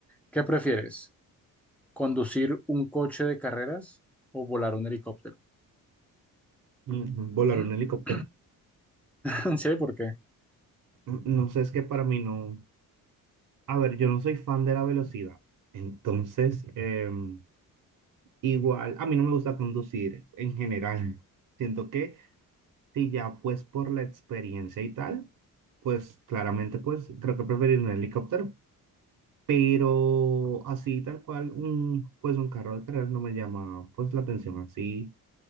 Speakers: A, in the centre; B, on the right.
A: ¿Qué prefieres? ¿Conducir un coche de carreras o volar un helicóptero?
B: Mm, Volar
A: <laughs>
B: un helicóptero.
A: ¿En serio? ¿Por qué?
B: Mm, No sé, es que para mí no. A ver, yo no soy fan de la velocidad. Entonces, em, igual, a mí no me gusta conducir en general. Siento que si ya pues por la experiencia y tal, pues claramente pues creo que preferir un helicóptero. Pero así tal cual, un, pues un carro de carreras no me llama pues la atención así